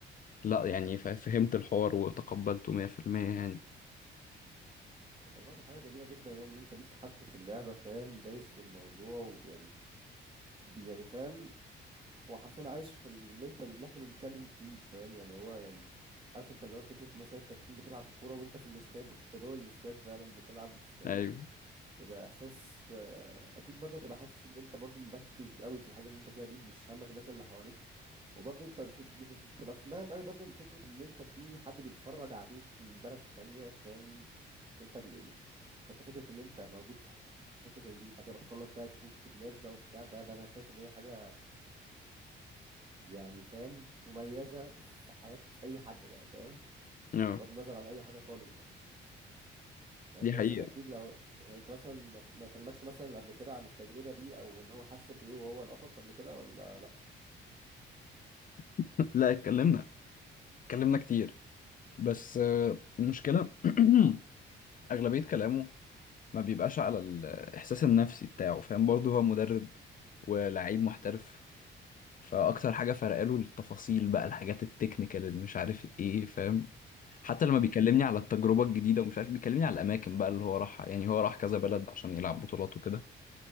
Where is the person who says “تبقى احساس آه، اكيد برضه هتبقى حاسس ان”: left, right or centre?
Right